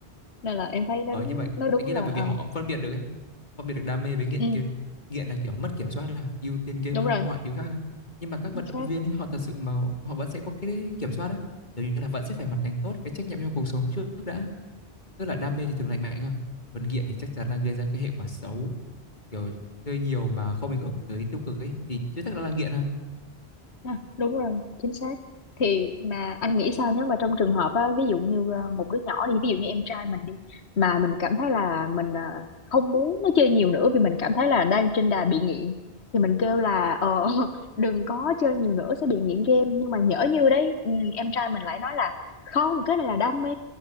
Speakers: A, on the left; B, on the left.
A: nên là em thấy nó
B: Ờ
A: đúng
B: nhưng mà
A: nó đúng
B: anh nghĩ là
A: là
B: bởi
A: ờ,
B: vì họ phân biệt được ấy, phân biệt được đam mê với nghiện
A: ừ,
B: game. Nghiện là kiểu mất kiểm soát là ưu tiên game
A: đúng
B: hơn
A: rồi
B: mọi thứ khác á. Nhưng mà các
A: chính
B: vận động
A: xác
B: viên ấy họ thật sự mà họ vẫn sẽ có cái kiểm soát á, kiểu như là vẫn sẽ phải hoàn thành tốt cái trách nhiệm trong cuộc sống trước đã. Tức là đam mê thì thường lành mạnh ha. Còn nghiện thì chắc chắn là gây ra cái hệ quả xấu, kiểu chơi nhiều mà không ảnh hưởng tới tiêu cực ấy thì chưa chắc đã là nghiện ha.
A: À, đúng rồi, chính xác. Thì mà anh nghĩ sao nếu mà trong trường hợp á, ví dụ như ờ, một đứa nhỏ đi, ví dụ như em trai mình đi, mà mình cảm thấy là mình ờ, không muốn nó chơi nhiều nữa vì mình cảm thấy là đang trên đà bị nghiện, thì mình kêu là ờ, <laughs> đừng có chơi nhiều nữa sẽ bị nghiện game. Nhưng mà nhỡ như đấy, ừ, em trai mình lại nói là không, cái này là đam mê.